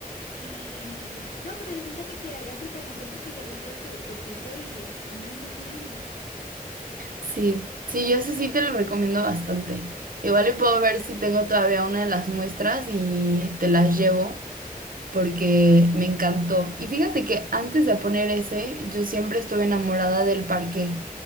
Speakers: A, on the left (about 70°); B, on the right (about 70°).
A: Y no, pero yo siento que quedaría súper lindo porque yo he visto tu, tu piso y es muy, muy, muy lindo.
B: Sí, sí, yo ese sí te lo recomiendo bastante. Igual y puedo ver si tengo todavía una de las muestras y te las llevo. porque me encantó. Y fíjate que antes de poner ese, yo siempre estuve enamorada del parque,